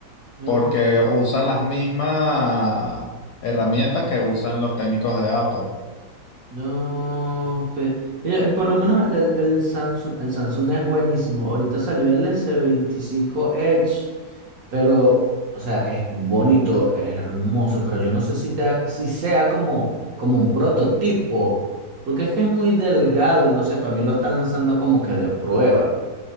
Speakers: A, on the right (about 60°); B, on the left (about 70°).
A: No.
B: porque usan las mismas herramientas que usan los técnicos de Apple.
A: No, que mira, por lo menos el, el- el Samsung, el Samsung es buenísimo. Ahorita salió el s veinticinco Edge, pero, o sea, es bonito, es hermoso, pero yo no sé si, te, ha- si sea como, como un prototipo, porque es que es muy delgado y no sé, para mí lo están lanzando como que de prueba.